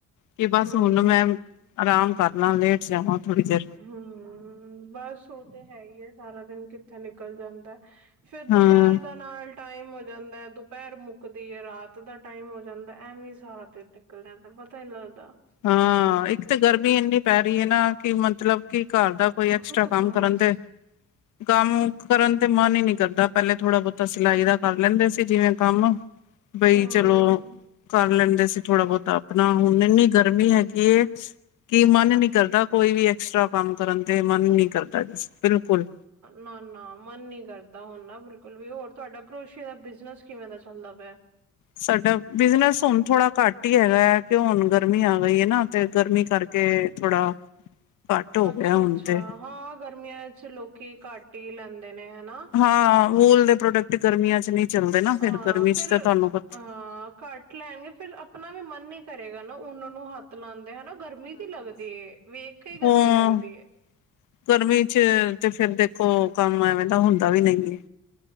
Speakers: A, on the left (about 80°); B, on the right (about 70°).
A: ਕਿ ਬਸ
B: ਹੂੰ।
A: ਹੁਣ ਮੈਂ ਆਰਾਮ ਕਰ ਲਾਂ ਲੇਟ ਜਾਵਾਂ ਥੋੜ੍ਹੀ ਦੇਰ।
B: ਹੂੰ ਬਸ ਉਹ ਤੇ ਹੈ ਹੀ ਹੈ ਸਾਰਾ ਦਿਨ ਕਿੱਥੇ ਨਿਕਲ ਜਾਂਦਾ। ਫੇਰ
A: ਹਾਂ
B: ਦੁਪਹਿਰ ਦਾ ਨਾਲ ਟਾਈਮ ਜਾਂਦਾ ਦੁਪਹਿਰ ਮੁੱਕਦੀ ਹੈ ਰਾਤ ਦਾ ਟਾਈਮ ਹੋ ਜਾਂਦਾ ਐਵੇਂ ਸਾਰਾ ਦਿਨ ਨਿਕਲ ਜਾਂਦਾ ਪਤਾ ਹੀ ਨੀ ਲੱਗਦਾ।
A: ਹਾਂ ਇੱਕ ਤਾਂ ਗਰਮੀ ਇੰਨੀ ਪੈ ਰਹੀ ਹੈ ਨਾ ਕਿ ਮਤਲਬ ਕੀ ਘਰ ਦਾ ਕੋਈ
B: ਬਹੁਤ
A: ਐਕਸਟਰਾ ਕੰਮ
B: ਗੁੰਮਸ
A: ਕਰਨ ਦੇ ਕੰਮ ਕਰਨ ਤੇ ਮਨ ਹੀ ਨਹੀਂੀ ਕਰਦਾ ਪਹਿਲਾਂ ਥੋੜ੍ਹਾ ਬਹੁਤਾ ਸਿਲਾਈ ਦਾ ਕਰ ਲੈਂਦੇ ਸੀ ਜਿਵੇਂ ਕੰਮ। ਬਈ
B: ਹੂੰ,
A: ਚਲੋ, ਕਰ ਲੈਂਦੇ ਸੀ ਥੋੜਾ ਬਹੁਤਾ ਆਪਣਾ ਹੁਣ ਇੰਨੀ ਗਰਮੀ ਹੈਗੀ ਏ, ਕੀ ਮਨ ਨੀ ਕਰਦਾ ਕੋਈ ਵੀ ਐਕਸਟਰਾ ਕੰਮ ਕਰਨ ਤੇ ਮਨ ਨੀ ਕਰਦਾ, ਬਿਲਕੁਲ।
B: ਨਾ-ਨਾ ਮਨ ਨੀ ਕਰਦਾ ਹੁਣ ਨਾ ਬਿਲਕੁਲ ਵੀ ਹੋਰ ਤੁਹਾਡਾ ਕਰੋਸ਼ੀਏ ਦਾ ਬਿਜਨਸ ਕਿਵੇਂ ਦਾ ਚੱਲਦਾ ਪਿਆ?
A: ਸਾਡਾ, ਬਿਜਨਸ ਹੁਣ ਥੋੜਾ ਘੱਟ ਹੀ ਹੈਗਾ ਹੈ ਕਿ ਹੁਣ ਗਰਮੀ ਆ ਗਈ ਹੈ ਨਾ। ਤੇ ਗਰਮੀ ਕਰਕੇ ਥੋੜਾ ਘੱਟ ਹੋ
B: ਅੱਛਾ-ਅੱਛਾ
A: ਗਿਆ ਹੁਣ ਤੇ
B: ਹਾਂ ਗਰਮੀਆਂ ਚ ਲੋਕੀ ਘੱਟ ਹੀ ਲੈਂਦੇ ਨੇ ਹਨਾ।
A: ਹਾਂ ਵੂਲ ਦੇ ਪ੍ਰੋਡਕਟ ਗਰਮੀਆਂ ਚ ਨਹੀਂ ਚੱਲਦੇ ਨਾ ਫਿਰ
B: ਹਾਂ
A: ਗਰਮੀ
B: ਫਿਰ,
A: ਚ ਤਾਂ ਤੁਹਾਨੂੰ ਪਤਾ
B: ਅਹ ਘੱਟ ਲੈਣਗੇ ਫੇਰ ਆਪਣਾ ਵੀ ਮਨ ਨੀ ਕਰੇਗਾ ਨਾ ਉਹਨਾਂ ਨੂੰ ਹੱਥ ਲਾਂਦੇ ਹਨਾ। ਗਰਮੀ ਦੀ ਲੱਗਦੀ ਏ, ਵੇਖ ਕੇ ਹੀ ਗਰਮੀ
A: ਹਾਂ
B: ਲੱਗਦੀ ਏ।
A: ਗਰਮੀ ਚ ਤੇ ਫਿਰ ਦੇਖੋ ਕੰਮ ਐਵੇਂ ਦਾ ਹੁੰਦਾ ਵੀ ਨਹੀਂ ਹੈ।